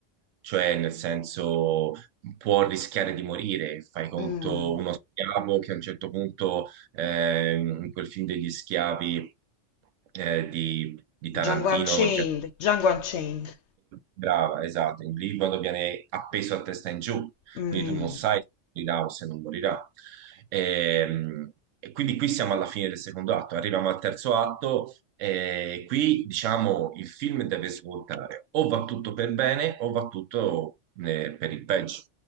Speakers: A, on the right; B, on the left.
A: cioè nel senso può rischiare di morire, fai conto
B: Mh.
A: uno schiavo che a un certo punto eh, in quel film degli schiavi eh, di, di Tarantino,
B: Django Unchained, Django Unchained.
A: Brava, esatto. Il liquido viene appeso a testa in giù,
B: Mh.
A: quindi tu non sai se morirà o se non morirà. Ehm, E, quindi qui siamo alla fine del secondo atto, arriviamo al terzo atto e qui diciamo il film deve svoltare, o va tutto per bene o va tutto eh, per il peggio.